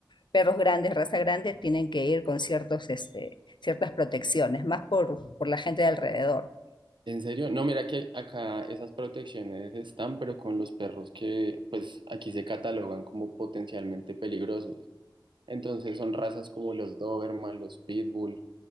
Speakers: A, on the left; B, on the right.
A: perros grandes, raza grande, tienen que ir con ciertos, este, ciertas protecciones, más por, por la gente de alrededor.
B: en serio, no, mira que acá esas protecciones están, pero con los perros que pues aquí se catalogan como potencialmente peligrosos. Entonces son razas como los Doberman, los Pitbull,